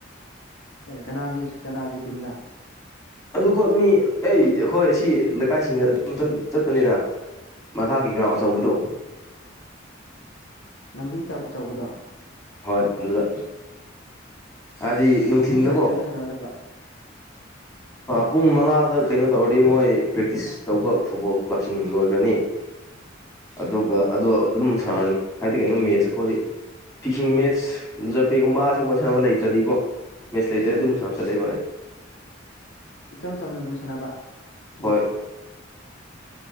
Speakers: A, on the left; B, on the left.
A: ꯑꯦ ꯀꯅꯥꯒꯤ ꯀꯅꯥꯒꯤ ꯇꯤꯝꯗ
B: ꯑꯗꯨꯈꯣ ꯃꯤ ꯑꯩ ꯑꯩꯈꯣꯏ ꯑꯁꯤ ꯂꯩꯀꯥꯏꯁꯤꯡꯗ ꯑꯗꯨꯝ ꯆꯠꯄꯅꯤꯔ ꯃꯊꯥꯒꯤ ꯒ꯭ꯔꯥ ꯑꯆꯧꯕꯗꯣ
A: ꯂꯥꯡꯖꯤꯡ ꯇꯞ ꯑꯆꯧꯕꯗꯣ
B: ꯍꯣꯏ ꯑꯗꯨꯗ ꯍꯥꯏꯗꯤ ꯅꯨꯡꯊꯤꯤꯟꯗꯀꯣ
A: ꯄꯨꯡ ꯀꯌꯥ ꯀꯌꯥꯗ ꯁꯥꯟꯅꯕ ꯆꯠꯄ <inaudible>
B: ꯄꯨꯡ ꯃꯉꯥꯗ ꯀꯩꯅꯣ ꯇꯧꯔꯗꯤ ꯃꯣꯏ ꯄ꯭ꯔꯦꯛꯇꯤꯁ ꯇꯧꯕ ꯐꯨꯠꯕꯣꯜ ꯀ꯭ꯂꯕꯁꯤꯡ ꯂꯣꯏꯈ꯭ꯔꯅꯤ
A: <inaudible>
B: ꯑꯗꯨꯒ ꯑꯗꯨ ꯑꯗꯨꯝ ꯁꯥꯟꯔꯅꯤ ꯍꯥꯏꯗꯤ ꯀꯩꯅꯣ ꯃꯦꯠꯁ ꯑꯩꯈꯣꯏ ꯐꯤꯛꯁꯤꯡ ꯃꯦꯠꯁ ꯖꯔꯄꯦꯒꯨꯝꯕ ꯑꯁꯤꯒꯨꯝꯕ ꯁꯥꯟꯅꯕ ꯂꯩꯇ꯭ꯔꯗꯤꯀꯣ ꯃꯦꯁꯂꯗꯨ
A: ꯎꯝ
B: ꯑꯗꯨꯝ ꯁꯥꯝ ꯆꯠꯂ ꯚꯥꯏ
A: ꯏꯆꯝ ꯆꯝꯅ ꯑꯗꯨꯝ ꯁꯥꯟꯅꯕ ꯎꯝ
B: ꯍꯣꯏ